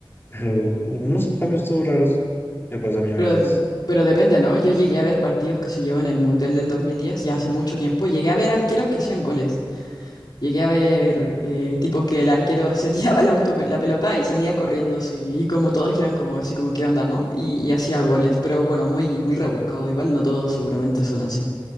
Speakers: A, on the left (about 25°); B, on the left (about 50°).
A: pero unos cambios todos raros me pasa a mí a
B: Pero,
A: veces.
B: pero depende, ¿no? Yo llegué a ver partidos, que sé yo, en el Mundial del 2010, ya hace mucho tiempo. Llegué a ver arqueros que hacían goles. Llegué a ver, eh, tipo, que el arquero se <laughs> tiraba la, auto- la pelota y salía corriendo, así, y como todos quedan como, así como, ¿qué onda, no? Y, y hacía goles, pero bueno, muy, muy rebuscado. Igual no todos seguramente son así.